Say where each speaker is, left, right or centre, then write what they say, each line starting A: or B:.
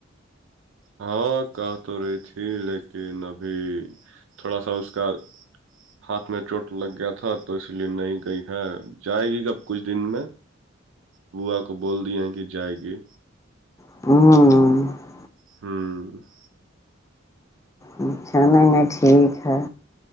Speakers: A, on the right; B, on the left.
A: ہاں کہ تو رہی تھی لیکن ابھی تھوڑا سا اس کا ہاتھ میں چوٹ لگ گیا تھا تو اس لیے نہیں گئی ہے جائے گی کب کچھ دن میں بووا کو بول دیے کہ جائے گی
B: ہوں
A: ہوں
B: اچ چھ نہیں نہیں ٹھیک ہے